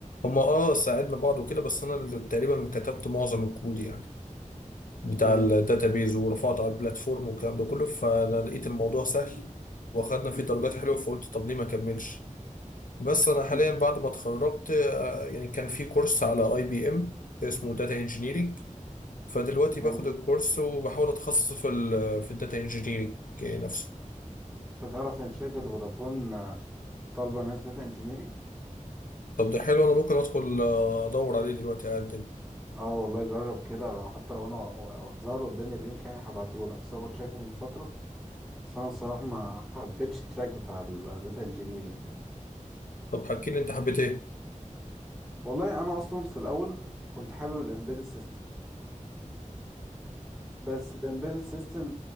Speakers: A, on the left; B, in the centre.
A: هما اه ساعدنا بعض وكده بس انا اللي تقريبا كتبت معظم الكود يعني بتاع
B: جميل
A: الداتابيز ورفعته على البلاتفورم والكلام ده كله فانا لقيت الموضوع سهل واخدنا فيه درجات حلوه فقلت طب ليه ما اكملش بس انا حاليا
B: مم.
A: بعد ما اتخرجت آه، يعني كان في كورس على اي بي ام اسمه داتا انجينيرنج فدلوقتي
B: جميل
A: باخد الكورس وبحاول اتخصص في ال في الداتا انجينيرنج نفسه
B: انت تعرف ان شركة فودافون آه، طالبة ناس داتا انجينيرنج
A: طب ده حلو انا ممكن ادخل آه، ادور عليه دلوقتي اقدم
B: اه والله جرب كده لو حتى لو انا ظهر قدامي اللينك يعني هبعته لك بس أنا كنت شايفه من فترة بس انا الصراحة ما حبيتش التراك بتاع الداتا انجينيرنج ده
A: طب حكي لي انت حبيت ايه؟
B: والله انا اصلا في الاول كنت حابب الامبيدد سيستم بس الامبيدد سيستم